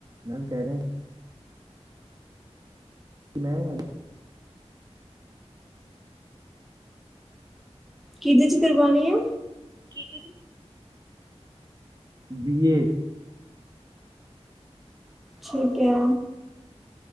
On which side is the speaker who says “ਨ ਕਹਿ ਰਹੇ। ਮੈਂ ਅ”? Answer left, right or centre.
Right